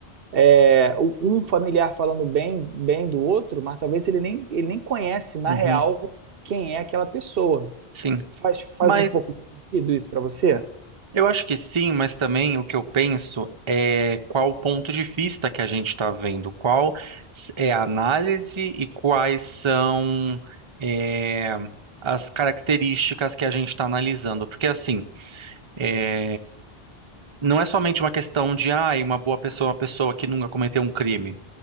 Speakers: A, on the right; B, on the right.
A: é, o- um familiar falando bem, bem do outro, mas talvez ele nem, ele nem conhece na
B: uhum,
A: real quem é aquela pessoa.
B: sim.
A: Faz, faz
B: Mas
A: um pouco de sentido isso para você?
B: Eu acho que sim, mas também o que eu penso é qual o ponto de vista que a gente está vendo, qual s- é a análise e quais são é, as características que a gente está analisando. Porque assim, é, não é somente uma questão de, ah, uma boa pessoa é uma pessoa que nunca cometeu um crime.